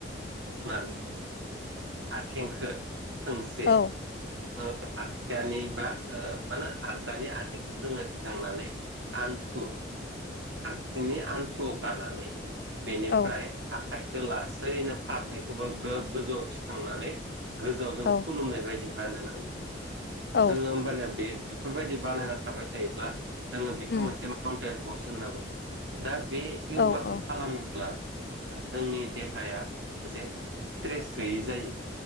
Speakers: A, on the right; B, on the left.
A: ओ आथेंखो थोंसे
B: ओ
A: आगदानि बा मा होनो आगदानि आखबा जोङो थिखांनानै आन्थु आगसिनि आन्थुआव गानानै। बेनिफ्राय
B: औ
A: आखाइखौ लासैनो फारनायैखौबो ग्रोब गोजौ थिखांनानै गोजौआव जों
B: औ
A: खुलुमनाय बायदि बानायनांगौ
B: औ
A: जोङो होमबानिया बे बेफोरबायदि बानायना थाबाय थायोब्ला जोङो बेखौ
B: उम
A: मोनसे माउन्टेन पसन होनना बुङो। दा बे यगाखौ
B: औ औ
A: खालामोब्ला जोंनि देहाया मोनसे स्ट्रेस गैयै जायो।